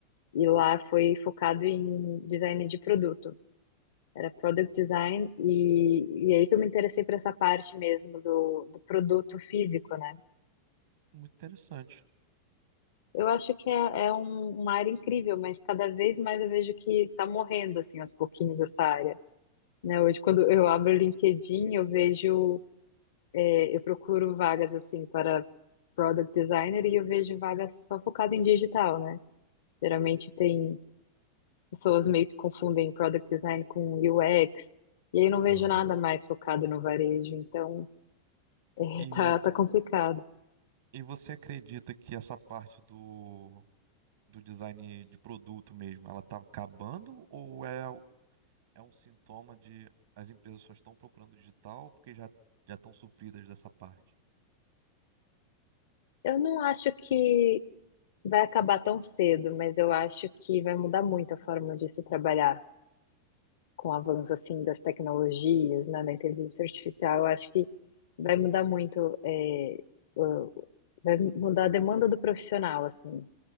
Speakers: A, on the left; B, on the right.
A: E lá foi focado em design de produto. Era product design, e, e aí que eu me interessei por essa parte mesmo do, do produto físico, né?
B: Muito interessante.
A: Eu acho que é, é um- uma área incrível, mas cada vez mais eu vejo que está morrendo, assim, aos pouquinhos, essa área. Né? Hoje, quando eu abro o LinkedIn, eu vejo, é, eu procuro vagas, assim, para product designer e eu vejo vagas só focadas em digital, né? Geralmente tem pessoas meio que confundem product design com UX, e aí eu não vejo
B: Aham.
A: nada mais focado no varejo, então, <laughs>
B: E,
A: é, tá, tá complicado.
B: e você acredita que essa parte do, do design de produto mesmo, ela está acabando ou é, é um sintoma de as empresas só estão procurando digital porque já já estão supridas dessa parte?
A: Eu não acho que Vai acabar tão cedo, mas eu acho que vai mudar muito a forma de se trabalhar com o avanço assim das tecnologias, né, da inteligência artificial. Eu acho que vai mudar muito, é, o- vai mudar a demanda do profissional, assim,